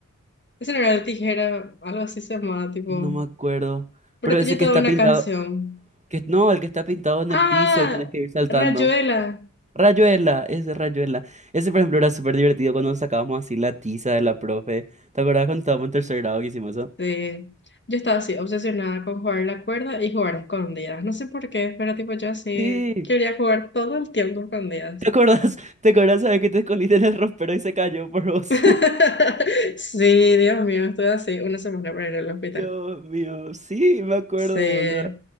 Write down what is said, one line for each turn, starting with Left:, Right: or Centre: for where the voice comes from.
Left: <laughs> Ese no era el tijera, algo así se llamaba, tipo.
Right: No me acuerdo.
Left: Pero
Right: Pero
Left: tenía
Right: ese
Left: toda
Right: que está
Left: una
Right: pintado,
Left: canción.
Right: que no, el que está pintado en
Left: ¡Ah!
Right: el piso y tenés que ir saltando.
Left: Rayuela.
Right: Rayuela, ese Rayuela. Ese, por ejemplo, era súper divertido cuando sacábamos así la tiza de la profe. ¿Te acordás cuando estábamos en tercer grado que hicimos eso?
Left: Sí. Yo estaba así, obsesionada con jugar la cuerda y jugar a escondidas. No sé por qué, pero tipo yo así
Right: Sí.
Left: quería jugar todo el tiempo a escondidas.
Right: ¿Te acordás? ¿Te acordás, sabes que te escondiste en el ropero y se cayó por vos?
Left: <laughs> Sí, Dios mío, estuve así una semana para ir al hospital.
Right: Dios mío, sí, me acuerdo,
Left: Sí. Es
Right: boludo.